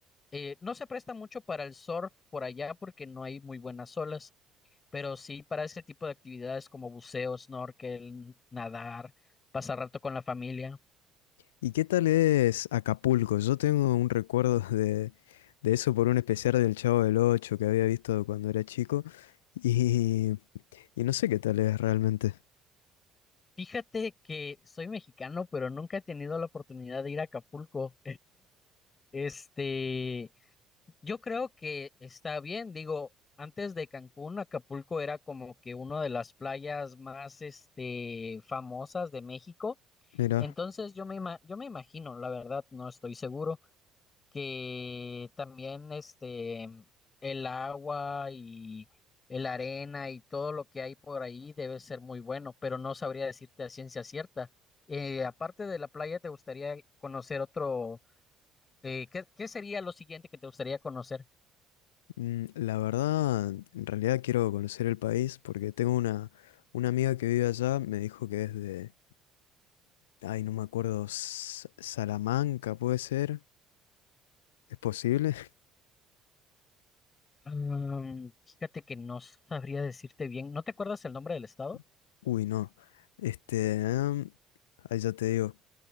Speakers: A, on the left; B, on the left.
A: Eh, no se presta mucho para el surf por allá porque no hay muy buenas olas, pero sí para ese tipo de actividades como buceo, snorkel, nadar, pasar rato con la familia.
B: ¿Y qué tal es Acapulco? Yo tengo un recuerdo <laughs> de, de eso por un especial del Chavo del Ocho que había visto cuando era chico y, y no sé qué tal es realmente.
A: Fíjate que soy mexicano, pero nunca he tenido la oportunidad de ir a Acapulco. Este, yo creo que está bien, digo, antes de Cancún, Acapulco era como que una de las playas más, este, famosas de México.
B: Mira,
A: Entonces yo me, ima- yo me imagino, la verdad, no estoy seguro que también este el agua y el arena y todo lo que hay por ahí debe ser muy bueno, pero no sabría decirte a ciencia cierta. Eh, aparte de la playa, ¿te gustaría conocer otro? eh, ¿qué, qué sería lo siguiente que te gustaría conocer?
B: mm, la verdad, en realidad quiero conocer el país porque tengo una, una amiga que vive allá, me dijo que es de, ay, no me acuerdo, S- Salamanca puede ser, ¿es posible?
A: Mm, fíjate que no sabría decirte bien. ¿No te acuerdas el nombre del estado?
B: <laughs> Uy, no. Este, em, ahí ya te digo,